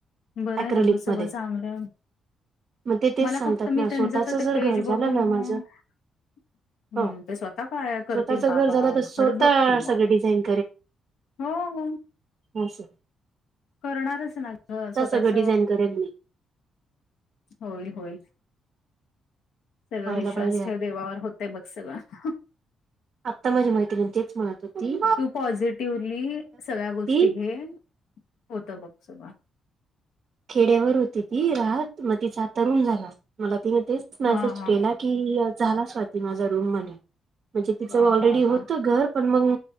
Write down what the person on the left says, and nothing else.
बरं
आहे ना ग
सगळं चांगलं
मला
फक्त मी
त्यांच तर
ते पेज
बघून
हम्म
ते स्वतः काय करतील
बाबा
घर बघ तू
हो
करणारच ना ग स्वतःच
होईल होईल सगळ
विश्वास
ठेव देवावर होतय बघ सगळं
तू पॉझिटिव्हली सगळ्या गोष्टी
घे होत बघ सु
हां, हां.
वाह!
वाह! वाह!